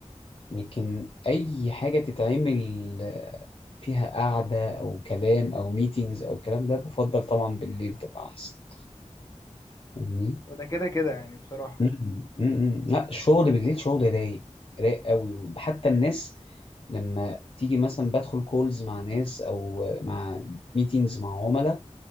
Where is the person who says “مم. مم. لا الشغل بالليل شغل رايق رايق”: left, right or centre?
Left